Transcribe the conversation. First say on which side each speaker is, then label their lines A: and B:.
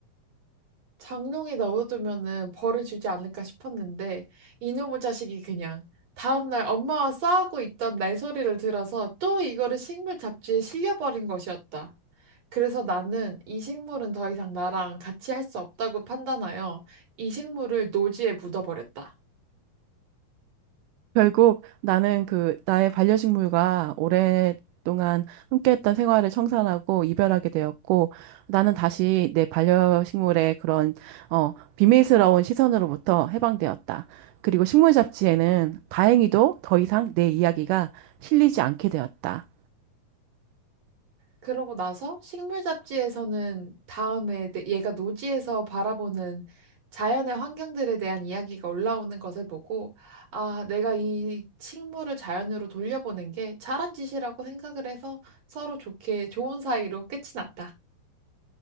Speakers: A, on the right; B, on the right.
A: 장롱에 넣어두면은 벌을 주지 않을까 싶었는데 이놈의 자식이 그냥 다음날 엄마와 싸우고 있던 날 소리를 들어서 또 이거를 식물 잡지에 실려버린 것이었다. 그래서 나는 이 식물은 더 이상 나랑 같이 할 수 없다고 판단하여 이 식물을 노지에 묻어버렸다.
B: 결국 나는 그 나의 반려식물과 오랫동안 함께했던 생활을 청산하고 이별하게 되었고 나는 다시 내 반려식물의 그런 어 비밀스러운 시선으로부터 해방되었다. 그리고 식물 잡지에는 다행히도 더 이상 내 이야기가 실리지 않게 되었다.
A: 그러고 나서 식물 잡지에서는 다음에 내- 얘가 노지에서 바라보는 자연의 환경들에 대한 이야기가 올라오는 것을 보고, 아, 내가 이 식물을 자연으로 돌려보낸 게 잘한 짓이라고 생각을 해서 서로 좋게 좋은 사이로 끝이 났다.